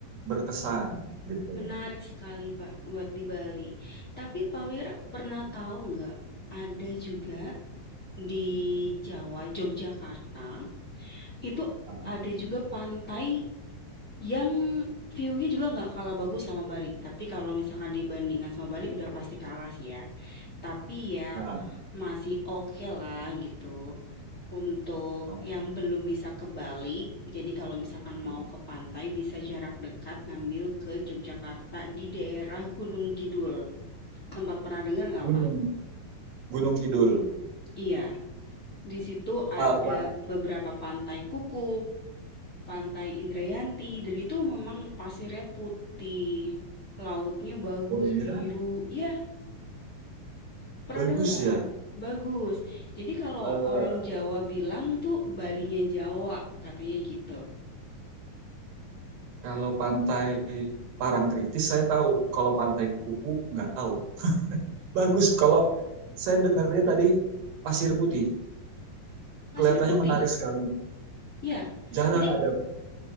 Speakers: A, on the right (about 75°); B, on the left (about 30°).
A: berkesan gitu
B: Menarik
A: loh.
B: sekali, Pak, buat di Bali. Tapi Pak Wira pernah tahu nggak, ada juga di Jawa, Yogyakarta, itu
A: Ah,
B: ada juga pantai yang view-nya juga nggak kalah bagus sama Bali. Tapi kalau misalkan dibandingkan sama Bali udah pasti kalah sih ya. Tapi ya
A: ah,
B: masih oke lah gitu. Untuk
A: ah,
B: yang belum bisa ke Bali, jadi kalau misalkan mau
A: ah, ah.
B: ke pantai bisa jarak dekat ngambil ke Yogyakarta di daerah Gunung Kidul. Sempat pernah dengar nggak,
A: Gunung,
B: Pak?
A: Gunung Kidul.
B: Iya, di situ
A: Ah,
B: ada
A: Pak.
B: beberapa pantai Kukup, pantai Indrayanti, dan itu memang pasirnya putih, lautnya bagus,
A: Oh iya,
B: biru. Ya, pernah
A: bagus
B: dengar nggak,
A: ya.
B: Pak? Bagus. Jadi kalau
A: Eh,
B: orang Jawa bilang tuh Balinya Jawa, katanya gitu.
A: kalau pantai Parangtritis saya tahu, kalau pantai Kuku nggak tahu. Bagus kalau saya dengarnya tadi Pasir Putih,
B: Pasir
A: kelihatannya
B: putih.
A: menarik sekali.
B: Iya,
A: Jarang
B: jadi
A: ada